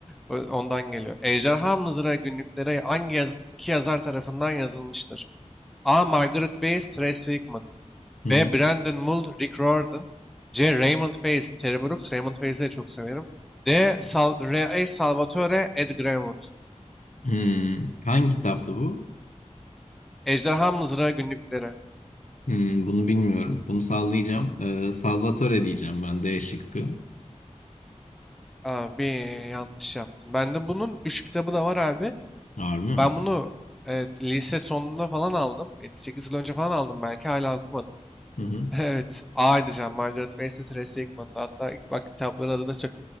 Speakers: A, in the centre; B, on the left.
A: Ö- Ondan geliyor. Ejderha Mızrağı günlükleri hangi yaz- iki yazar tarafından yazılmıştır? A. Margaret Weiss, Ray Sigmund.
B: Hı hı.
A: B. Brandon Mull, Rick Riordan. C. Raymond Faze, Terry Brooks. Raymond Faze'i de çok severim. D. Sal R. Salvatore, Ed Greenwood.
B: Hmm. Hangi kitaptı bu?
A: Ejderha Mızrağı Günlükleri.
B: Hmm, bunu bilmiyorum. Bunu sallayacağım. Ee, Salvatore diyeceğim ben D şıkkı.
A: Abi yanlış yaptım. Bende bunun 3 kitabı da var abi.
B: Harbi mi?
A: Ben bunu evet, lise sonunda falan aldım. 8 yıl önce falan aldım belki hala okumadım.
B: Hı hı.
A: <laughs> Evet. A edeceğim. Margaret Weis'le Tracy Hickman'da. Hatta ilk bak kitapların adını söyle.